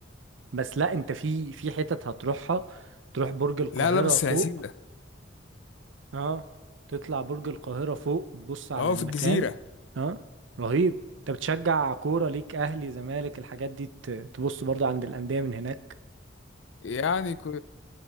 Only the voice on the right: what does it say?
بس لا أنت في في حتت هتروحها تروح برج القاهرة
فوق
اه تطلع برج القاهرة فوق وتبص على
المكان
اه رهيب انت بتشجع كورة ليك اهلي زمالك الحاجات دي ت- تبص برضو عند الأندية من هناك